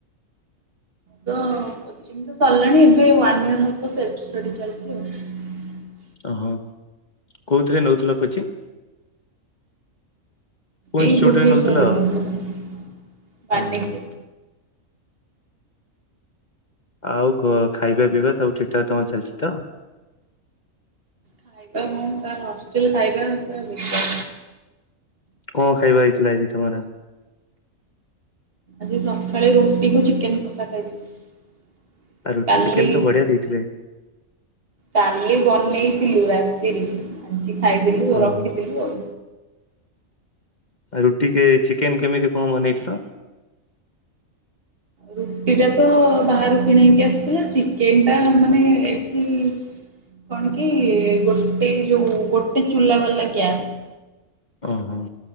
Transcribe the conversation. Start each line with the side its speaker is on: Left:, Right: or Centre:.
Right: ତ କୋଚିଙ୍ଗ ତ ସରିଲାଣି ଏବେ ୱାନ ୟିଅର ହବ ସେଲ୍ଫ ଷ୍ଟଡି ଚାଲଚି ଆଉ।
Left: ଓହୋ କୋଉଥିରେ ନଉଥିଲ କୋଚିଂ? କୋଉ
Right: ଏଇ
Left: ଇନଷ୍ଟିଚ୍ୟୁଟ
Right: ଭୁବନେଶ୍ୱର
Left: ରେ ନଉଥିଲ?
Right: ନଉଥିଲି
Left: ଓହୋ
Right: <unintelligible> ରେ।
Left: ଆଉ ଖାଇବା ପିଇବା ସବୁ ଠିକଠାକ ତମର ଚାଲଛି ତ?
Right: ଖାଇବା କଣ ସାର୍ ହଷ୍ଟେଲ ଖାଇବା ପୁରା ବିଷ।
Left: କଣ ଖାଇବା ହେଇଥିଲା ଆଜି ତମର?
Right: ଆଜି ସଖାଳେ ରୁଟିକୁ ଚିକେନ କଷା ଖାଇଥିଲି।
Left: ଆଉ ରୁଟି
Right: କାଲି
Left: ଚିକେନ ତ ବଢିଆ ଦେଇଥିଲେ
Right: କାଲି ବନେଇ ଥିଲୁ ରାତିରେ ଆଜି ଖାଇଦେଲୁ ଆଉ
Left: ଓହୋ।
Right: ରଖିଥିଲୁ ଆଉ।
Left: ରୁଟି କେ ଚିକେନ କେମିତି କଁ ବନେଇଥିଲ?
Right: ରୁଟିଟା ତ ବାହାରୁ କିଣା ହେଇକି ଆସିଥିଲା, ଚିକେନ ଟା ମାନେ ଏଠି କଣ କି ଗୋଟେ ଯୋଉ ଗୋଟେ ଚୁଲା ବାଲା ଗ୍ୟାସ୍।
Left: ଅଁ ହଁ।